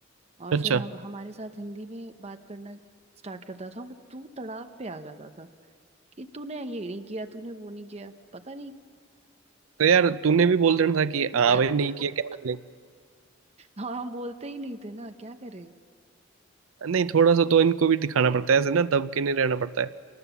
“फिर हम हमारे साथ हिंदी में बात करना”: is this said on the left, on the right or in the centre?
Right